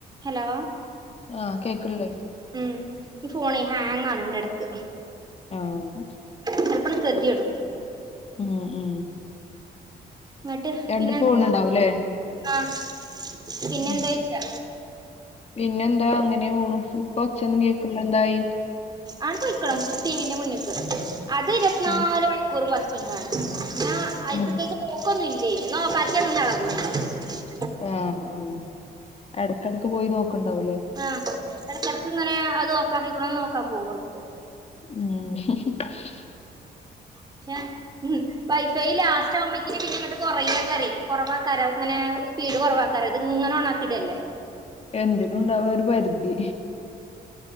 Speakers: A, on the right; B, on the left.
A: Hello
B: ആഹ് കേൾക്ക്ണ്ല്ലേ
A: ഉം ഈ ഫോണെ ഹാങ്ങാണ്ട് എടക്ക്
B: ആഹ്
A: ചെലപ്പം കൊദ്‌യേടും
B: ഉം ഉം
A: ഇന്നട്ട്
B: രണ്ട്
A: പിന്നെന്താ
B: ഫോൺ ഉണ്ടാവുംല്ലേ
A: അഹ് പിന്നെന്തായ്ച്ചാ
B: ഉം പിന്നെന്താ അങ്ങനെ പോണു ഇപ്പൊ ഒച്ചന്നും കേൾക്ള്ള എന്തായി?
A: ആണ്ട്പൊയ്ക്ക്ണ് ടീവിന്റെ മുന്ന്ക്ക് അത് ഇരുപത് നാല്
B: ആഹ്
A: മണിക്കൂറും വർ ക്കിങ്ങാണ് പിന്നെ അയ്ത്തക്കേക്ക്
B: ഉം
A: നോക്കൊന്നില്ലേയ് ഇന്നാ ഒഫാക്ക്യാ നിന്നെ എളക്കും
B: ആഹ് ഉം എട്ക്കെട്ക്ക് പോയി നോക്ക്ണ്ടാവ് ലെ
A: ആഹ് എടക്കട്ക്ക്ങ്ങനെ അത് ഓഫാക്കിണൊന്ന് നോക്കാം പോവും അവ്ട്ക്ക്
B: ഉം
A: പക്ഷേ ഹ് വൈഫൈ ലാസ്റ്റ് ആവുമ്പോക്കിനി പിന്നങ്ങട്ട് കെറയാക്കാരെ കൊറവാക്കാരം ഇങ്ങനെ സ്പീഡ് കൊറവാ ക്കാരം ഇത്ങ്ങനെ ഒണാക്കിടല്ലേ
B: എന്തിനും ഉണ്ടാവൊരു പരിധി